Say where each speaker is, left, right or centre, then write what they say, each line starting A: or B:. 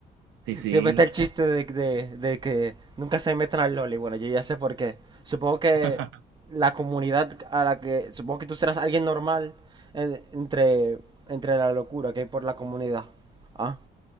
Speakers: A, on the right; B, on the right.
A: Sí, sí.
B: Siempre está el chiste de, de- de que nunca se metan al lol y Bueno, yo ya sé por qué. Supongo que
A: <laughs>
B: la comunidad a la que... Supongo que tú serás alguien normal en- entre, entre la locura que hay por la comunidad. Ah,